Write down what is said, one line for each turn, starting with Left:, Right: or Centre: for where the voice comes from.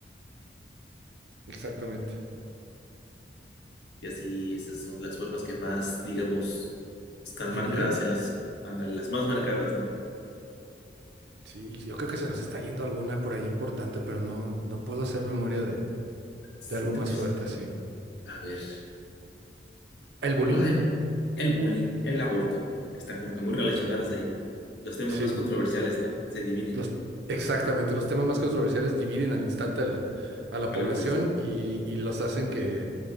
Right: Exactamente.
Left: Y así esas son las formas que más, digamos, están marcadas
Right: ¿Dividen?
Left: en las, ándale, las más marcadas, ¿no?
Right: Sí, yo creo que se nos está yendo alguna por ahí importante, pero no, no puedo hacer memoria de,
Left: Siento
Right: de algo más
Left: que
Right: fuerte
Left: sí.
Right: así.
Left: A ver,
Right: ¿El bullying?
Left: o sea, el bullying, el aborto, están como que muy relacionados
Right: En la U.
Left: ahí, ¿no? Los temas
Right: Sí,
Left: más controversiales, ¿no? Se dividen
Right: los, exactamente. Los temas más controversiales dividen al instante a la, a la
Left: a
Right: población
Left: la población.
Right: y, y los hacen que,